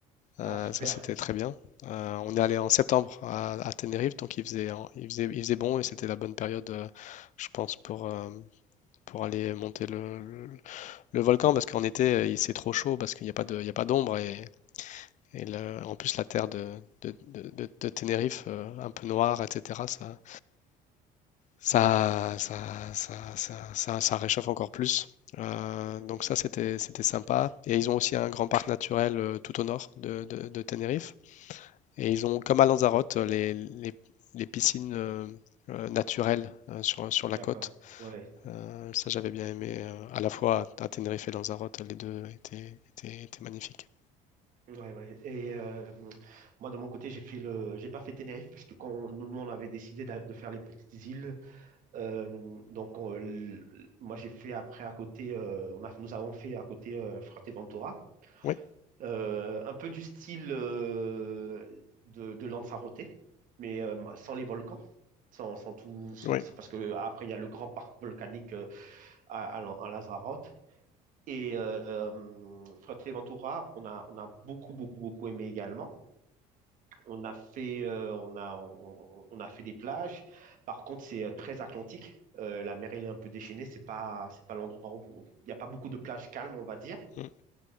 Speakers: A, on the left (about 50°); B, on the right (about 60°).
A: Euh,
B: Ah, super.
A: ça, c'était très bien. Euh, on est allé en septembre à, à Tenerife, donc il faisait, il faisait, il faisait bon et c'était la bonne période, euh, je pense, pour, euh, pour aller monter le, le- le volcan parce qu'en été, euh, il- c'est trop chaud parce qu'il n'y a pas de, il y a pas d'ombre et, et le- en plus, la terre de, de, de- de- de Tenerife, euh, un peu noire, etc., ça, ça, ça, ça, ça, ça- ça réchauffe encore plus. Euh,
B: Mhm.
A: donc ça, c'était, c'était sympa. Et ils ont aussi un grand parc naturel euh, tout au nord de, de de Tenerife. Et ils ont, comme à Lanzarote, les, les- les piscines euh, euh, naturelles euh, sur, sur la
B: D'accord.
A: côte.
B: Ouais.
A: Euh, ça, j'avais bien aimé euh, à la fois à, Tenerife et Lanzarote, les deux étaient, étaient- étaient magnifiques.
B: Ouais, ouais. Et euh, moi, de mon côté, j'ai fait le... j'ai pas fait Tenerife, puisque quand on- nous, on avait décidé d'a- de faire les petites îles, euh, donc on- l- moi, j'ai fait après à côté, euh, on a, nous avons fait à côté euh, Fuerteventura,
A: Oui,
B: Euh, un peu du style euh, de, de Lanzarote, mais euh, sans les volcans, sans, sans tout.
A: oui,
B: C'est parce que après, il y a le grand parc volcanique euh, à, à, Lan- à Lanzarote. Et euh, euh, Fuerteventura, on a, on a beaucoup, beaucoup, beaucoup aimé également. On a fait, euh, on a, on, on a fait des plages. Par contre, c'est euh, très atlantique. Euh, la mer, elle est un peu déchaînée. C'est pas, c'est pas l'endroit où il n'y a pas beaucoup de plages calmes, on va dire.
A: mm.